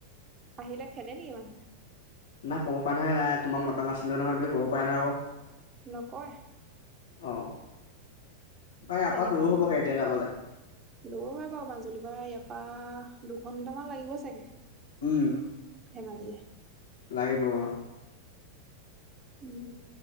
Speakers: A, on the right (about 25°); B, on the left (about 60°).
A: আহিলে খেদে নেকি মানুহে।
B: নাই ক'ব পাৰে নহয় নাই তোমাক মতা নাছিলো নহয় বুলি কব পাৰে নহয় আকৌ।
A: নকয়
B: অ ভাই আপা
A: তেনেকুৱা
B: দূৰো হ'বগে
A: নহয়।
B: এতিয়া যাবলে।
A: দূৰ হয় বাৰু মাজুলীৰ পৰা ইয়াৰ পা দুঘন্টামান লাগিব চাগে।
B: উম
A: ধেমাজিলে।
B: লাগিব অ,
A: উম,